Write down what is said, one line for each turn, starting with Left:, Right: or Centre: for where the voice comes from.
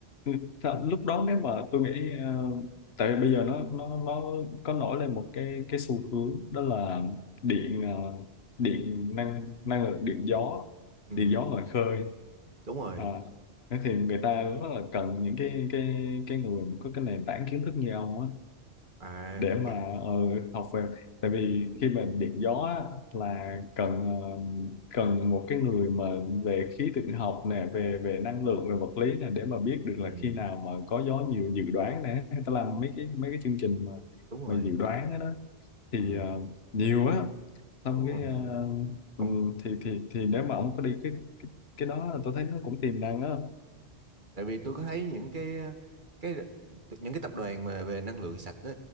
Left: Ừ, sao, lúc đó nếu mà tôi nghĩ ờ, tại vì bây giờ nó nó nó có nổi lên một cái cái xu hướng đó là điện ờ, điện năng năng lượng điện gió
Right: ừ
Left: điện gió ngoài khơi
Right: đúng rồi
Left: à, thế thì người ta rất là cần những cái cái cái người mà có cái nền tảng kiến thức như ông á
Right: à
Left: để mà
Right: cái
Left: ờ, học về tại vì khi mà điện gió á, là cần ờ, cần một cái người mà về khí tượng học nè về về năng lượng về vật lý nè để mà biết được
Right: ừ
Left: là khi nào mà có gió nhiều dự đoán nè ta làm
Right: ừ,
Left: mấy cái mấy cái chương trình mà
Right: đúng rồi
Left: mà dự đoán đó, đó thì
Right: ừ
Left: ờ, nhiều á xong
Right: đúng
Left: cái
Right: rồi
Left: ờ,
Right: ông
Left: ừ, thì thì thì nếu mà ông có đi cái cái đó là tôi thấy nó cũng tiềm năng á
Right: tại vì tôi có thấy những cái cái những cái tập đoàn mà về năng lượng sạch đó